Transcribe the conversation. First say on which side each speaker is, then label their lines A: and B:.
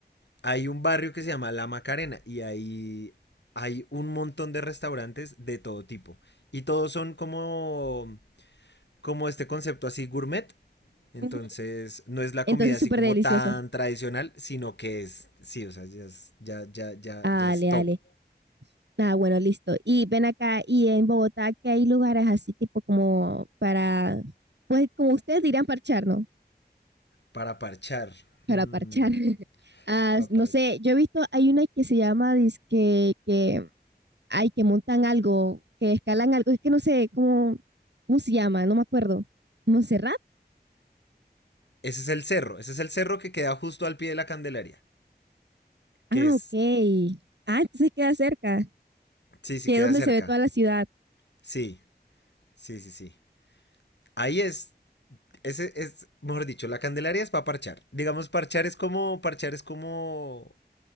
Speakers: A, on the left; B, on the right.
A: hay un barrio que se llama La Macarena y ahí hay un montón de restaurantes de todo tipo. Y todos son como, como este concepto así gourmet. Entonces,
B: Ujú.
A: no es la
B: Entonces,
A: comida así
B: súper
A: como
B: delicioso.
A: tan tradicional, sino que es, sí, o sea, ya es, ya, ya, ya,
B: Ale,
A: ya es top
B: ale. Ah, bueno, listo. Y ven acá, y en Bogotá, que hay lugares así, tipo como para, pues como ustedes dirán, parchar, ¿no?
A: para parchar.
B: Para
A: Mm,
B: parchar. <laughs> Ah,
A: pa
B: no
A: par-
B: sé, yo he visto, hay una que se llama, dizque, que, hay que montan algo, que escalan algo, es que no sé cómo, cómo se llama, no me acuerdo. ¿Montserrat?
A: Ese es el cerro, ese es el cerro que queda justo al pie de la Candelaria,
B: Ah,
A: que es,
B: ok. Ah, entonces queda cerca,
A: sí, sí,
B: que
A: queda
B: es donde
A: cerca.
B: se ve toda la ciudad.
A: Sí, sí, sí, sí. Ahí es Ese es, mejor dicho, la Candelaria es para parchar. Digamos, parchar es como, parchar es como,